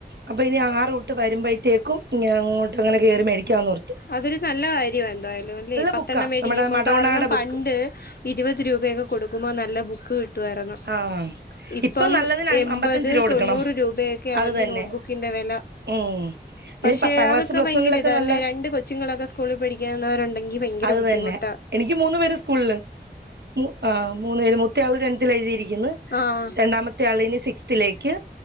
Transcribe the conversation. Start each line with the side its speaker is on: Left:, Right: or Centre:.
Right: അപ്പ ഇനി ആ റൂട്ട് വരുമ്പോഴത്തേക്കും ഇങ്ങനെ അങ്ങോട്ട്ങ്ങനെ കേറി മേടിക്കാന്ന് പർഞ്ഞു
Left: അതൊരു നല്ല കാര്യവാ എന്തായാലും അല്ലെ പത്തെണ്ണം
Right: ബുക്കാ
Left: മേടിക്കുമ്പോ
Right: നമ്മുടെ മഡോണാടെ
Left: കാരണം
Right: ബുക്ക്
Left: പണ്ട് ഇരുവത് രൂപയൊക്കെ കൊടുക്കുമ്പൊ നല്ല ബുക്ക് കി ട്ടുവാരെന്നു
Right: ആ
Left: ഇപ്പം
Right: ഇപ്പൊ നല്ലതിന് അം
Left: എൺപത്
Right: അമ്പത്തഞ്ച് രൂപ കൊടുക്കണം
Left: തൊണ്ണൂറ് രൂപയൊക്കെയാ
Right: അത്
Left: വല്യ
Right: തന്നെ
Left: നോട്ട്ബുക്കിന്റെ വെല
Right: ഉം ഇനി
Left: പക്ഷെ
Right: പത്താം ക്ലാസ്
Left: അതൊക്കെ
Right: പ്ലസ്
Left: ഭയങ്കര
Right: വണ്ണിലൊക്കെ
Left: ഇതാ
Right: നല്ല
Left: അല്ലേ രണ്ട് കൊച്ചുങ്ങളൊക്കെ സ്കൂളിൽ പഠിക്കുന്നവരൊണ്ടെങ്കി ഭയങ്കര
Right: അത്
Left: ബുദ്ധിമുട്ടാ
Right: തന്നെ എനിക്ക് മൂന്ന് പേര് സ്കൂൾള് മൂ ആഹ് മൂന്ന് പേര് മു ത്തയാള് ടെൻത്തിൽ എഴ്തിയിരിക്കുന്നു
Left: ആഹ്
Right: രണ്ടാമത്തെ ആള് ഇനി സിക്സ്ത്തിലേയ്ക്ക്